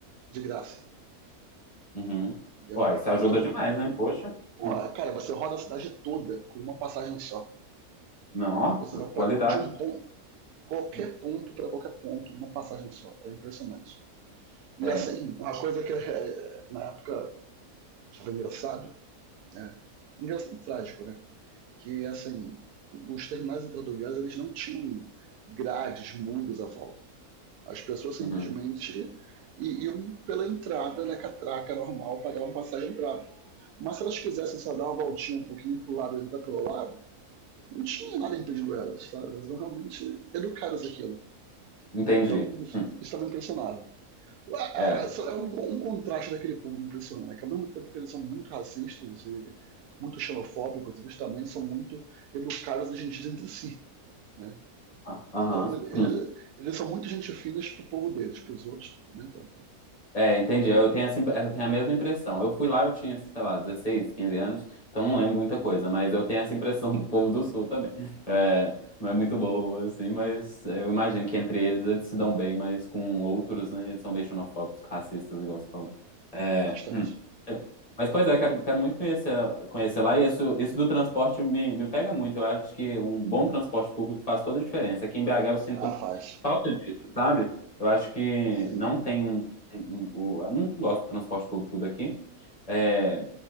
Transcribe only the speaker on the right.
de graça,
entendeu?
Então,
pô,
cara, você roda a cidade toda com uma passagem só.
Você
vai pra,
de um ponto, qualquer
ponto para qualquer ponto, numa passagem só. É impressionante. E
assim, uma coisa que é, é, na época já foi engraçado, né? Engraçado e trágico, né? Que assim, os terminais interrodoviários eles não tinham grades, muros à volta. As pessoas simplesmente
iam pela entrada da catraca normal, pagavam passagem e entravam. Mas se elas quisessem só dar uma voltinha um pouquinho pro lado e entrar pelo lado, não tinha nada impedindo elas, sabe? Elas eram realmente educadas aquilo.
Então, isso
estava impressionava. É
um, um contraste daquele povo impressionante, né? que ao mesmo tempo que eles são muito racistas e muito xenofóbicos, eles também são muito educados e gentis entre si. Né?
Então, ele,
ele, eles são muito gente finas pro povo deles, pros outros, nem tanto.
Bastante.
Ah, faz.
Sim.